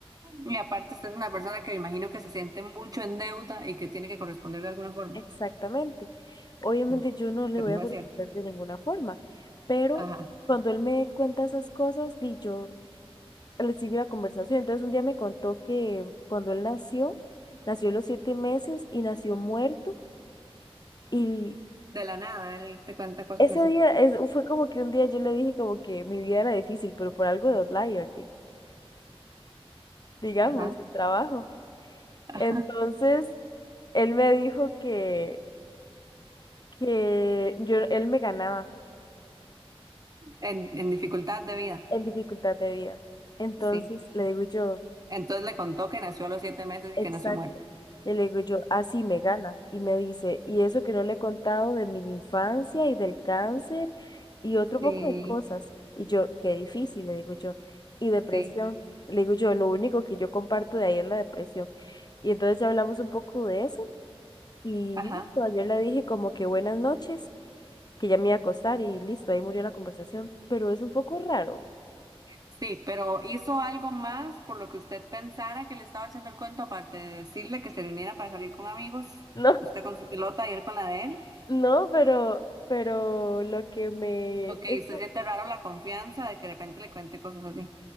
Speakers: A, on the right; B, on the left.
A: Y aparte, usted es una persona que me imagino que se siente mucho en deuda y que tiene que corresponder de alguna forma.
B: Exactamente. Obviamente
A: Sí,
B: yo no le
A: pero
B: voy a
A: no
B: contestar
A: es cierto.
B: de ninguna forma, pero
A: Ajá.
B: cuando él me cuenta esas cosas, di yo le sigo la conversación. Entonces un día me contó que cuando él nació, nació a los siete meses y nació muerto. Y
A: De la nada, él te cuenta cosas
B: Ese
A: así.
B: día es- fue como que un día yo le dije como que mi vida era difícil, pero por algo de outlier, di- digamos,
A: Ajá.
B: el trabajo.
A: Ajá.
B: Entonces, él me dijo que, que yo, él me ganaba
A: En, en dificultad de vida.
B: en dificultad de vida. Entonces,
A: Sí.
B: le digo yo,
A: Entonces le contó que nació a los siete meses
B: Exacto.
A: y que nació muerto.
B: Y le digo yo, así me gana. Y me dice, y eso que no le he contado de mi infancia y del cáncer y otro poco
A: Sí,
B: de cosas. Y yo, qué difícil, le digo yo. Y depresión.
A: sí.
B: Le digo yo, lo único que yo comparto de ahí es la depresión. Y entonces ya hablamos un poco de eso. Y
A: Ajá.
B: listo, ayer le dije como que buenas noches, que ya me iba a acostar y listo, ahí murió la conversación. Pero es un poco raro. <laughs>
A: Sí, pero hizo algo más por lo que usted pensara que le estaba echando el cuento, aparte de decirle que se reuniera para salir con amigos,
B: No,
A: usted con su pilota y él con la de él.
B: no, pero, pero lo que me...
A: Ok,
B: es-
A: usted siente raro la confianza de que de repente le cuente cosas así.